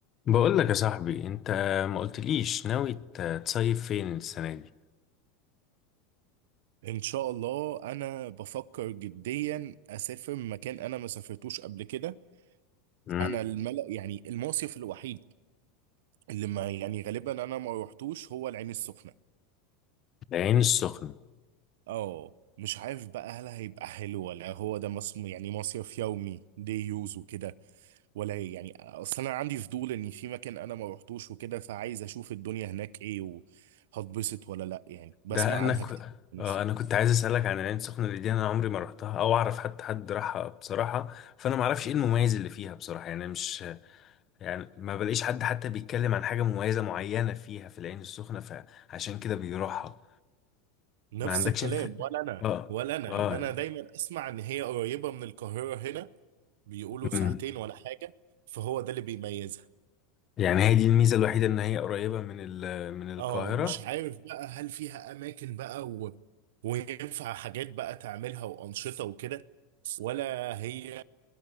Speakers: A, on the left; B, on the right.
A: بقول لك يا صاحبي انت ما قلتليش ناوي ت- تصيف فين السنه دي
B: ان شاء الله انا بفكر جديا اسافر مكان انا ما سافرتوش قبل كده
A: امم
B: انا الملأ يعني المصيف الوحيد اللي ما يعني غالبا انا ما روحتوش هو العين السخنة
A: العين السخنه
B: اه مش عارف بقى هل هيبقى حلو ولا هو ده مص... يعني مصيف يومي دي يوز وكده ولا يعني اصل انا عندي فضول ان في مكان انا ما روحتوش وكده فعايز اشوف الدنيا هناك ايه وهتبسط ولا لا يعني بسمع
A: ده انا
B: عنها
A: ك...
B: كتير من
A: آه
B: السخنة
A: انا كنت عايز اسالك عن العين السخنه اللي دي انا عمري ما رحتها او اعرف حتى حد راحها بصراحه فانا ما اعرفش ايه المميز اللي فيها بصراحه يعني مش يعني ما بلاقيش حد حتى بيتكلم عن حاجه مميزه معينه فيها في العين السخنه فعشان كده بيروحها
B: نفس
A: ما عندكش
B: الكلام
A: انت
B: ولا انا
A: اه
B: ولا انا
A: اه
B: يعني انا دايما اسمع ان هي قريبه من القاهره هنا بيقولوا ساعتين
A: امم
B: ولا حاجه فهو ده اللي بيميزها
A: يعني هي دي الميزه الوحيده ان هي قريبه من ال... من القاهره
B: اه مش عارف بقى هل فيها اماكن بقى و... وينفع حاجات بقى تعملها وانشطه وكده ولا هي